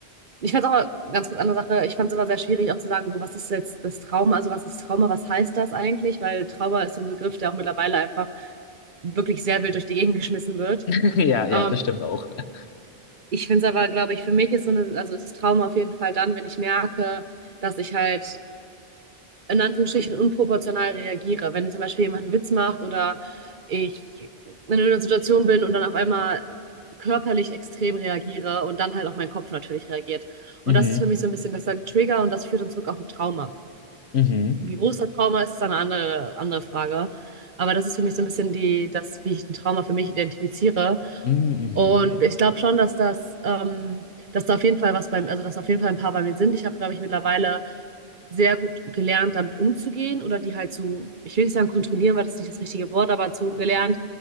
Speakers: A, on the right (about 50°); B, on the left (about 85°).
A: Ich fand es aber ganz kurz andere Sache. Ich fand es immer sehr schwierig, auch zu sagen, so, was ist jetzt das Trauma? Also, was ist Trauma? Was heißt das eigentlich? Weil Trauma ist so ein Begriff, der auch mittlerweile einfach wirklich sehr wild durch die Gegend geschmissen wird.
B: <laughs> Ja, ja,
A: Ähm,
B: das stimmt auch. <laughs>
A: ich finde es aber, glaube ich, für mich ist so eine, also ist Trauma auf jeden Fall dann, wenn ich merke, dass ich halt in Anführungsstrichen unproportional reagiere. Wenn zum Beispiel jemand einen Witz macht oder ich in einer Situation bin und dann auf einmal körperlich extrem reagiere und dann halt auch mein Kopf natürlich reagiert.
B: Mhm,
A: Und das ist für mich so ein bisschen, das ist ein Trigger und das führt uns zurück auf ein Trauma.
B: mhm,
A: Wie groß das Trauma ist, ist eine andere, andere Frage. Aber das ist für mich so ein bisschen die, das, wie ich ein Trauma für mich identifiziere.
B: mhm, mhm.
A: Und ich glaube schon, dass das, ähm, dass da auf jeden Fall was beim, also dass auf jeden Fall ein paar bei mir sind. Ich habe, glaube ich, mittlerweile sehr gut gelernt, damit umzugehen oder die halt zu, ich will nicht sagen kontrollieren, weil das ist nicht das richtige Wort, aber zu gelernt,